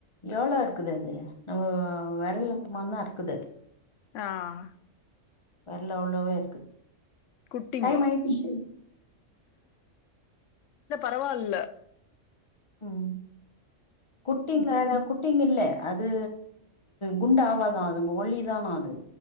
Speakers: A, on the left; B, on the left.
A: எவ்ளோ இருக்குது அது ஒ வரல சும்மா தான் இருக்குது
B: ஆஹ்
A: வரல உள்ளவே இருக்குது
B: குட்டிங்கோ
A: டைம் ஆயிருச்சு
B: பரவாயில்ல
A: ம் குட்டிங்களா குட் குட்டிங்க இல்ல அது குண்டாவாதான் அதுங்க ஒல்லிதானா அது